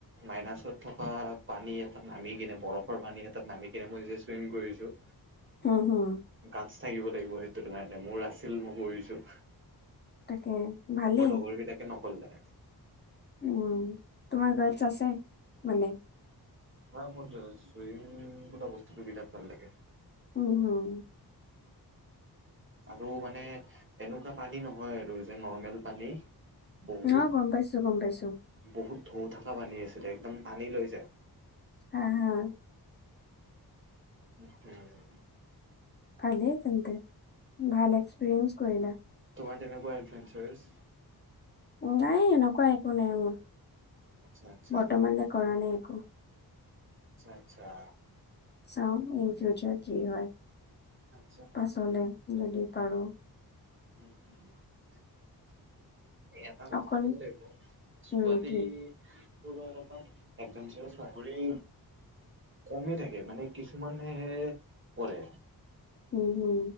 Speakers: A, on the right (about 30°); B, on the left (about 25°).
A: মাইনাছত থকা পানী এটাত নামি কেনে বৰফৰ পানী এটা নামি- এয়া মই যে চুইমিং কৰিছো।
B: হঁ হঁ।
A: গাতছ থাকিব লাগিব সেইটো কাৰণে মোৰ আছিল মই কৰিছো।
B: তাকে ভালেই
A: মোৰ লগৰবিলাকে নকৰিলে।
B: উম' তোমাৰ গাৰ্ডছ আছে মানে।
A: হাঁ মোৰ চুইমিং বোলা বস্তুটো বিৰাট ভাল লাগে।
B: উমহু'
A: আৰু মানে এনেকুৱা পানী নহয় আৰু যে নৰ্মেল পানী। বহুত
B: অ গম পাইছো গম পাইছো
A: বহুত ধোঁ থকা পানী আছিলে একদম টানি লৈ যায়।
B: হাঁ হাঁ।
A: <unintelligible>
B: ভালেই তেন্তে ভাল এক্সপিৰিয়েন্স কৰিলা।
A: তোমাৰ তেনেকুৱা এডভেঞ্চাছ।
B: নাই এনকুৱা একো নাই মোৰ
A: আচ্ছা আচ্ছা
B: বৰ্তমানলৈ কৰা নাই একো।
A: আৎচ্ছা আৎচ্ছা।
B: চাঁও ইন ফিউচাৰ কি হয়?
A: আৎচ্ছা।
B: পাছলে যদি পাৰোঁ।
A: <unintelligible> এটা কথা
B: অকল
A: ক'ব লাগিব, ছোৱালী-
B: উম কি
A: অলপমান একদমচে চাকৰি- কমেই থাকে মানে কিছুমানহে পৰে।
B: উম হু'